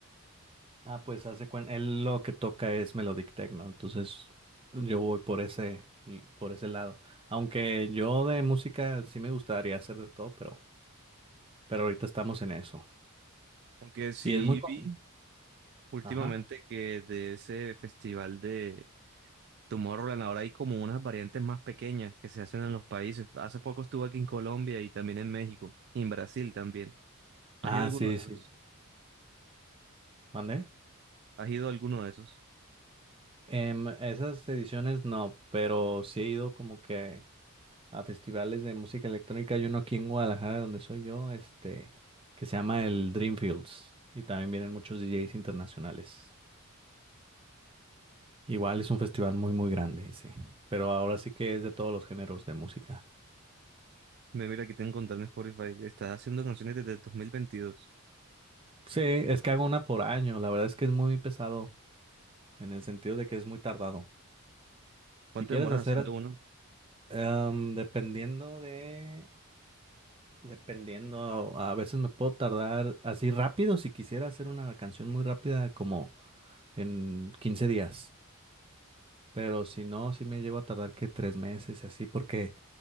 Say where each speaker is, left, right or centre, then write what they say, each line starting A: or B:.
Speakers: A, on the right; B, on the right.
A: Ah, pues hace cuenta. Él lo que toca es Melodic Techno. Entonces yo voy por ese, por ese lado. Aunque yo de música sí me gustaría hacer de todo, pero, pero ahorita estamos en eso.
B: aunque sí
A: Y es muy... co-
B: vi últimamente
A: Ajá.
B: que de ese festival de Tomorrowland ahora hay como unas variantes más pequeñas que se hacen en los países. Hace poco estuve aquí en Colombia y también en México y en Brasil también. ¿Has
A: Ah,
B: ido a alguno
A: sí,
B: de esos?
A: sí. ¿Mandé?
B: ¿Has ido a alguno de esos?
A: Em, esas ediciones no, pero sí he ido como que a festivales de música electrónica. Hay uno aquí en Guadalajara, donde soy yo, este, que se llama el Dreamfields. Y también vienen muchos DJs internacionales. Igual es un festival muy, muy grande, sí. Pero ahora sí que es de todos los géneros de música.
B: Me mira aquí te encontré en Spotify. Estás haciendo canciones desde el 2022.
A: Sí, es que hago una por año. La verdad es que es muy pesado, en el sentido de que es muy tardado. Si
B: ¿Cuánto
A: quieres
B: demoras
A: hacer,
B: haciendo uno?
A: em, dependiendo de... Dependiendo, a veces me puedo tardar así rápido si quisiera hacer una canción muy rápida como en 15 días. Pero si no, sí me llevo a tardar que tres meses y así porque